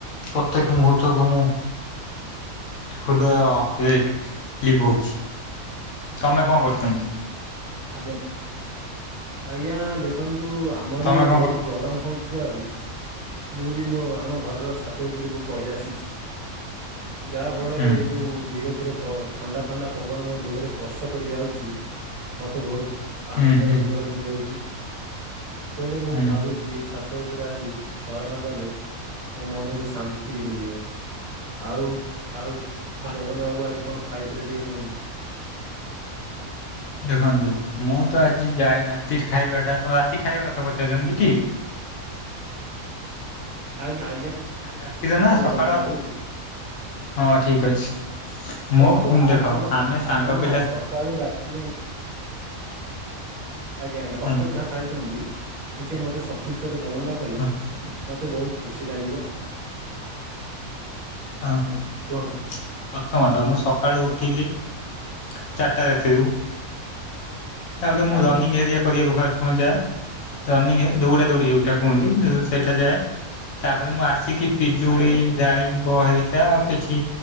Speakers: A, on the left; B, on the right.
A: ପ୍ରତ୍ୟେକ ମୁହୂର୍ତ୍ତକୁ ମୁଁ ହୃଦୟ ରେ ଲିଭଉଚି। ତମେ କଣ କରୁଛନ୍ତି?
B: ଆଜ୍ଞା। ଆଜ୍ଞା ଦେଖନ୍ତୁ ଆମର
A: ତମେ
B: ବି ଏଠି
A: କଣ
B: ବହୁତ
A: କରୁ
B: ଗରମ ହଉ ଚୁଆରୁ ମୁଁ ବି ମୋ ଆମ ଘରର ଛାତ ଉପରକୁ ପଳେଇ ଆସିଛି। ଯାହା ଫଳରେ
A: ହୁଁ
B: ଏଇ ଯୋଉ ଧୀର ଧୀର ପ ଥଣ୍ଡା ଥଣ୍ଡା ପବନ ମୋ ଦେହରେ ସ୍ପର୍ଶ କରିଯାଉଛି। ମୋତେ ବହୁତ ଆନନ୍ଦର
A: ହୁଁ ହୁଁ
B: ଉପଲବ୍ଧି ହେଉଛି ତେଣୁ ମୁଁ
A: ହୁଁ।
B: ଭାବୁଛି ଏ ଛ ଛାତ ଉପରେ ଆଜି ଶୟନ କଲେ ମୋ ମନକୁ ଶାନ୍ତି ମିଳିବ। ଆଉ ଆଉସ
A: ଆ
B: ଅ ଜଗନ ବାବୁ ଆଜି କଣ ଖାଇଥିଲେ ଟିକେ କୁହନ୍ତୁ?
A: ଦେଖନ୍ତୁ ମୁଁ ତ ଆଜିଯାଏ ରାତିର ଖାଇବାଟା ତମେ ରାତିଖାଇବା କଥା ପଚାରୁଛନ୍ତିଟି?
B: ଆଗ ଆଜ୍ଞା।
A: ଖାଲି ରାତିରେ ନା ସକାଳ
B: ଜଗନ ବାବୁ।
A: ହଁ ଠିକି ଅଛି। ମୋ
B: ଦେଖନ୍ତୁ ଆପଣ
A: ଦେଖ ଆମେ ସାଙ୍ଗ
B: ଆପଣ
A: ପିଲା
B: ଆଜି ସକାଳୁ ରାତି ଯାଙ୍କେ ଆଜ୍ଞା ଅଜ୍ଞା ସକାଳେ
A: ହଁ
B: ଯାହା ଖାଇଛନ୍ତି ଟିକେ ମତେ ସଂକ୍ଷିପ୍ତରେ ବର୍ଣ୍ଣନା କଲେ
A: ହଁ
B: ମତେ ବହୁତ୍ ଖୁସି ଲାଗିବ।
A: ହଁ <unintelligible>
B: ହୁଁ କୁହନ୍ତୁ
A: ହଁ ତ ମୁଁ ସକାଳୁ ଉଠିଲି ଚାରିଟା ରାତିରୁ ତାପରେ ମୁଁ
B: ଆଜ୍ଞା
A: ରନିଙ୍ଗ ହେରିକା କରିବାକୁ ଫାଷ୍ଟ ଯାଏ। ରନିଙ୍ଗ ଦୌଡ଼ାଦୌଡ଼ି ଯୋଉ ସେଟା କୁହନ୍ତି
B: ଆଜ୍ଞା
A: ସେଇଟା ଯାଏ ତାପରେ ମୁଁ ଆସିକି ପିଜୁଳି
B: ଆଜ୍ଞା
A: ଡାଳି ବ ହେରିକା ଆଉ କିଛି